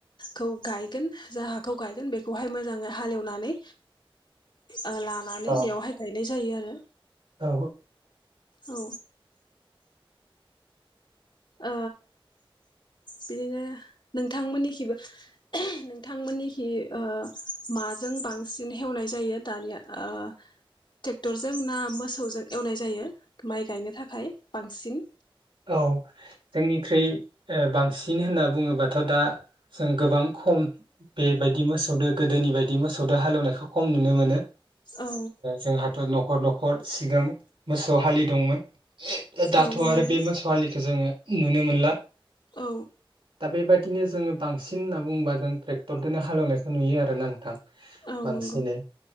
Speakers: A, on the left; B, on the right.
A: खौ गायगोन जा हाखौ गायगोन बेखौहाय मोजाङै हालेवनानै ओ लानानै
B: औ
A: बेयावहाय गायनाय जायो आरो
B: औ
A: औ ओ बिदिनो नोंथांमोननिखिबो नोंथांमोननिखि ओ माजों बांसिन हेवनाय जायो दानिया ओ ट्रेक्टरजों ना मोसौजों एवनाय जायो माइ गायनो थाखाय बांसिन
B: औ जोंनिख्रुइ बांसिन होनना बुङोबाथ' दा जों गोबां खम बेबायदि मोसौदो गोदोनि बायदि मोसौदो हालेवनायखौ खम नुनो मोनो।
A: औ
B: जोंहाथ' न' न'खर न'खर सिगां मोसौ हालि दंमोन द दतवो
A: औ नंगौ
B: बे म <unintelligible> <unintelligible> नुनो मोनला
A: औ
B: दा बेबायदिनो जोङो बांसिन होनना बुंङोबा जों ट्रेक्टरखोनो हालेवनायसो नुयो आरोन ना नोंथां
A: औ
B: बांसिनै
A: नंगौ